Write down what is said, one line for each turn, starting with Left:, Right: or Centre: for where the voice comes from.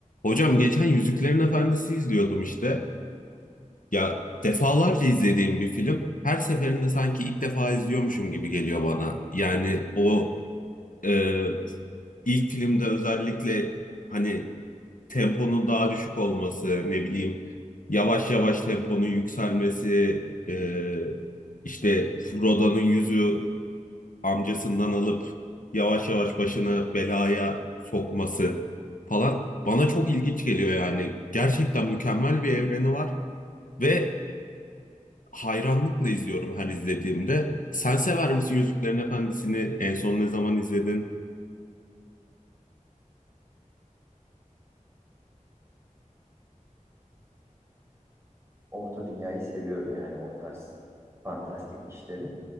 Left: Hocam geçen Yüzüklerin Efendisi izliyordum işte. Ya defalarca izlediğim bir film. Her seferinde sanki ilk defa izliyormuşum gibi geliyor bana. Yani o e, ilk filmde özellikle hani temponun daha düşük olması, ne bileyim yavaş yavaş temponun yükselmesi, e, işte Frodo'nun yüzü amcasından alıp yavaş yavaş başını belaya sokması falan bana çok ilginç geliyor yani. Gerçekten mükemmel bir evreni var ve hayranlıkla izliyorum her izlediğimde. Sen sever misin Yüzüklerin Efendisi'ni? En son ne zaman izledin?
Right: Orta Dünya'yı seviyorum yani o tarz fantastik işleri.